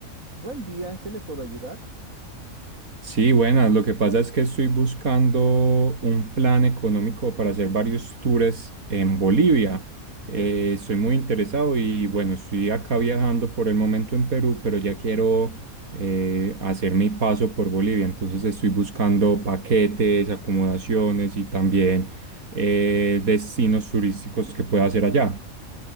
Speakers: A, on the right (about 70°); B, on the right (about 85°).
A: Buen día, ¿en qué le puedo ayudar?
B: Sí, buenas. Lo que pasa es que estoy buscando un plan económico para hacer varios tours en Bolivia. Eh, estoy muy interesado y bueno, estoy acá viajando por el momento en Perú, pero ya quiero eh, hacer mi paso por Bolivia. Entonces estoy buscando paquetes, acomodaciones y también eh, destinos turísticos que pueda hacer allá.